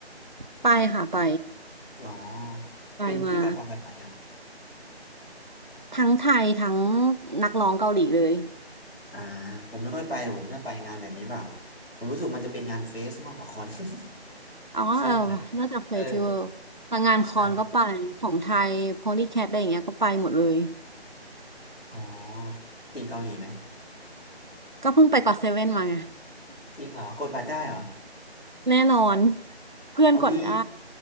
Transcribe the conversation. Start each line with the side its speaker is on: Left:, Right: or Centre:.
Right: ไปค่ะไป
Left: หรอ
Right: ไปมา
Left: เป็นพี่ไปคอนแบบไหนอ่ะ
Right: ทั้งไทยทั้งนักร้องเกาหลีเลย
Left: อ่าผมไม่ค่อยไปแต่ผมถ้าไปงานแบบนี้ป่ะผมรู้สึกมันจะเป็นงานเฟสมากกว่าคอน <laughs>
Right: อ๋อเออน่าจะเฟสติวัลแต่งานคอนก็ไปของไทยโพลีแคทอะไรอย่างเงี้ยก็ไปหมดเลย
Left: ชอบอะไรแบบนี้เออใช่อ๋อติงเกาหลีไหม
Right: ก็เพิ่งไปก็อตเซเว่นมาไง
Left: จริงเหรอกดบัตรได้เหรอ
Right: แน่นอนเพื่อนกดได้
Left: เอาดี